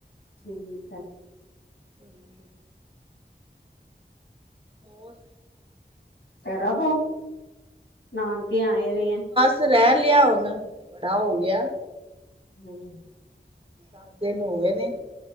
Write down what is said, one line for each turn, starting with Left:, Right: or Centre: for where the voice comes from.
Left: ਠੀਕ ਹੈ।
Right: ਹੂੰ। ਹੋਰ?
Left: ਤੇਰਾਂ ਕੂ ਨਾਨਕੇ ਆਏ ਦੇ ਐ।
Right: ਚ ਰੈ ਲਿਆ ਹੁਨ, ਬੜਾ ਹੋ ਗਿਆ।
Left: ਹੂੰ।
Right: ਨਾਨਕੇ ਹੋ ਗਏ ਨੇ।